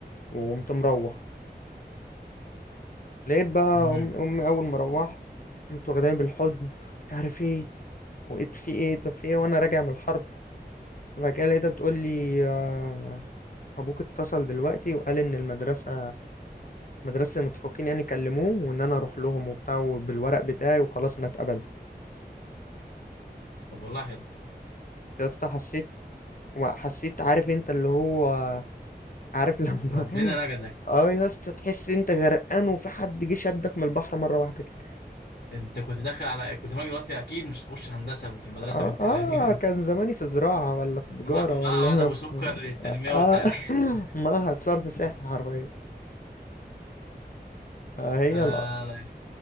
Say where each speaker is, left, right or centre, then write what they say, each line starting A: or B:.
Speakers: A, on the left; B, on the left.
A: وقمت مروح لقيت بقى
B: امم
A: امي امي اول ما روحت قمت واخداني بالحضن مش عارف ايه وقيت في ايه طب في ايه وانا راجع من الحرب وبعد كده لقيتها بتقول لي آه، ابوك اتصل دلوقتي وقال ان المدرسه مدرسة المتفوقين يعني كلموه وان انا اروح لهم وبتاع وبالورق بتاعي وخلاص انا اتقبلت
B: طب والله حلو
A: يا اسطى حسيت حسيت عارف انت اللي هو عارف لما
B: ربنا نجدك
A: <laughs> اه يا اسطى تحس انت غرقان وفي حد جه شدك من البحر مرة واحدة كده
B: انت كنت داخل على كنت زمانك دلوقتي اكيد مش تخش هندسه في المدرسه
A: اه
B: بنت
A: اه
B: اللذينه دي
A: كان زماني في زراعة ولا في تجارة
B: مع-
A: ولا
B: معهد ابو
A: <laughs> في
B: سكر للتنميه
A: اه
B: والتعليم <laughs>
A: <laughs> ما هتصرف سياحي حرفيا فهي
B: آه
A: الأ-
B: لا.